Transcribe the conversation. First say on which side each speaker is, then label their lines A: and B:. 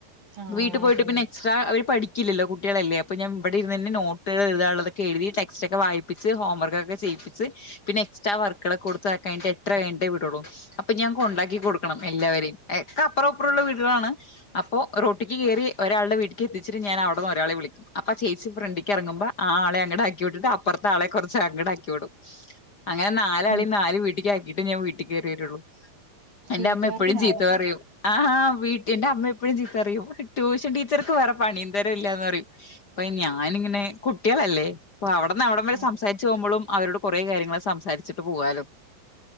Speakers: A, on the right; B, on the left.
A: ആഹ്
B: വീട്ട
A: ആഹ്
B: പോയിട്ട്
A: അതെ
B: പിന്നെ
A: അതെ.
B: എക്സ് എസ്ട്ര പടിക്കില്ലല്ലോ കുട്ടികളല്ല അപ്പ ഞാൻ ഇവിടെ ഇരുനന്നെ നോട്ടു എഴുതാനുള്ളതൊെ എുതിടെക്സ്റ്റ് ഒക്കെ വായി പ്പിച്ച് ഹോംവർക്ക ഒക്കെ ചെയ്യിപ്പിച്ച് പിന്നെ എക്സ്റ്ററ വർക്കു കൊടുത് കഴിട്ട എട്ടര കഴിഞ്ഞിട്ടെ വിടുള്ളൂ അപ്പൊ ഞാൻ കൊണ്ടാക്കി കൊടുക്കും ണം എല്ലാവരേം എക്ക അപ്പറും ഇപ്പറുള്ള വീടുകളാണ്. അപ്പോ റോട്ടിക്ക് കയറി ഒരാളുടെ വീട്ട്ക്ക് എത്തിച്ചിട്ട് ഞാൻ അവിടുന്ന് ഒരാളെ വിളിക്കും അപ്പ ചേച്ചി ഫ്രണ്ടിക്ക് എറങ്ങുമ്പ ആ ആളെ അങ്ങട് ആക്കി വിട്ടിട്ട് അപ്പറത്തെ ആളെ കൊറച്ച് അങ്ങടാക്കി വിടും അങ്ങനെ നാലാളീം
A: ഉം
B: നാല് വീട്ടിക്ക് ആക്കിട്ടേ ഞാൻ വീട്ടിക്കേറി വരുള്ളൂ.
A: വീട്ടുകാർക്ക്
B: എന്റെ അമ്മ എപ്പോഴും
A: ലാഭം
B: ചീത്ത പറയും ആഹാ വീട്ട്ന്റെ അമ്മ എപ്പഴും ചീത്തറിയും ട്യൂഷൻ ടീച്ചർക്ക് വേറെ പണിയും തോരോം ഇല്ലാന്ന് പറയും പ്പ ഞാനിങ്ങനെ കുട്ട്യേളല്ലേ അപ്പൊ അവിടന്ന് അവിടം വരെ
A: അതെ.
B: സംസാരിച്ച് പോകുമ്പോഴും അവരോട് കുറേ കാര്യങ്ങൾ സംസാരിച്ചിട്ട് പോകാലോ